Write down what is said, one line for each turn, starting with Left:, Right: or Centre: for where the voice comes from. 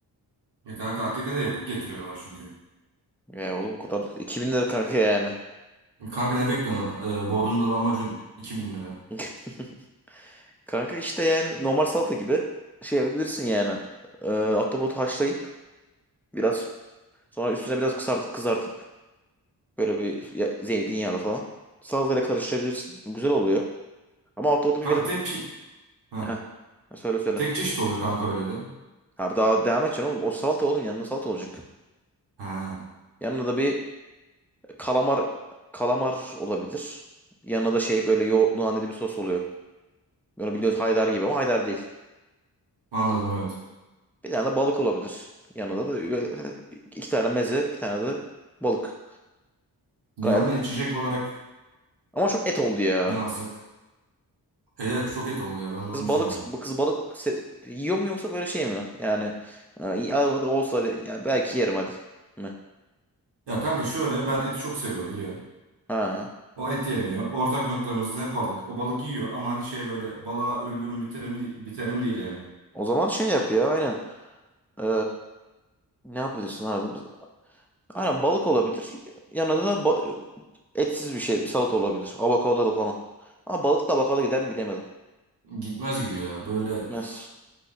Right: Ya kanka hakikaten yapıp getiriyorlar çünkü.
Centre: Ya oğlum o kadar. 2000 lira kanka yani.
Right: E Kanka ne bekliyorsun? Ee, Bodrum'da lahmacun 2000 lira.
Centre: <laughs> Kanka işte yani normal salata gibi şey yapabilirsin yani. Ee, ahtapot haşlayıp biraz sonra üstüne biraz kızart, kızartıp Böyle bir ya- zeytinyağlı falan. Salatayla karıştırabilirsin. Güzel oluyor. Ama altta o da
Right: Kanka
Centre: bir biraz...
Right: tek çeşit... Ha.
Centre: Heh. Ha, Söyle söyle.
Right: Tek çeşit oluyor kanka öyle de.
Centre: Abi daha devam edeceksin oğlum. O salata oğlum yanına salata olacak.
Right: Ha.
Centre: Yanına da bir kalamar kalamar olabilir. Yanına da şey böyle yoğurtlu naneli bir sos oluyor. Böyle biliyoruz haydar gibi ama haydar değil.
Right: Anladım evet.
Centre: Bir tane de balık olabilir. Yanında da böyle iki tane meze, bir tane de balık.
Right: Yanına
Centre: Gayet.
Right: içecek olarak
Centre: Ama çok et oldu ya.
Right: ne alsak? E, Evet çok et oldu ya ben de
Centre: Kız
Right: onu düşünüyordum.
Centre: balık kız balık se- yiyor mu yoksa böyle şey mi? Yani e, ya hadi olsa hadi, ya belki yerim hadi mi?
Right: Ya kanka şöyle ben eti çok seviyorum biliyorsun.
Centre: Ha.
Right: O et yemiyor. Ortak noktamız ne balık. O balık yiyor ama hani şey böyle balığa ölürüm biterim, de- biterim değil yani.
Centre: O zaman şey yap ya aynen. Ee, ne yapabilirsin abi? Biz- Aynen balık olabilir. Yanında da ba- etsiz bir şey, bir salata olabilir. Avokadolu falan. Ama balıkla avokado gider mi bilemedim.
Right: Gitmez gibi ya. Böyle
Centre: Gitmez.
Right: üf,